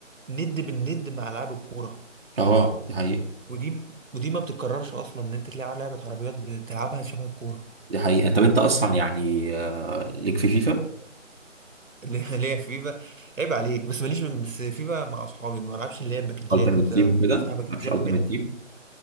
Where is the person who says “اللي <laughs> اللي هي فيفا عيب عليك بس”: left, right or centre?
Right